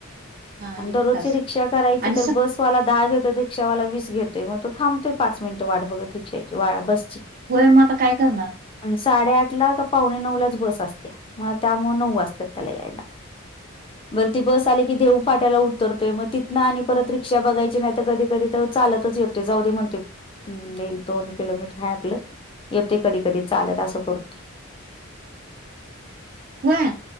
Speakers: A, on the right; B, on the left.
A: हा
B: आणि दररोजची
A: एक तास
B: रिक्षा करायची
A: आणि
B: तर
A: स
B: बस वाला दहा घेतोय, रिक्षावाला वीस घेतोय, मग तो थांबतोय पाच मिनिट वाट बघत रिक्षाची बसची.
A: होय मग आता काय करणार.
B: साडेआठ ला का पावणे नऊ लाच बस असते, मग त्यामूळ नऊ वाजतात त्याला यायला. बर ती बस आली कि देऊ. पाट्याला
A: हम्म.
B: उतरतोय मग तिथं आणि परत रिक्षा बघायची नाही तर कधी-कधी तर चालतच येते जाऊ दे म्हणते. हम्म, एक-दोन किलोमीटर आहे आपलं, येतो कधी-कधी चालत असं करते.
A: होय.